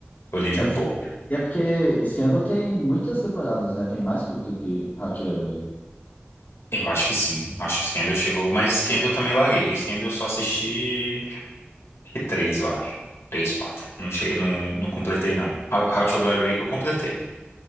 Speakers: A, on the left (about 80°); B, on the left (about 40°).
A: Olivia
B: Mas
A: Pope.
B: é, e é porque Scandal tem muitas temporadas, né? Tem mais que o que How to Get Away.
A: Eu acho que sim. Acho que Scandal chegou. Mas Scandal eu também larguei. Scandal eu só assisti E três, eu acho. Três, quatro. Não cheguei, não, não completei, não. How, How to Get Away que eu completei.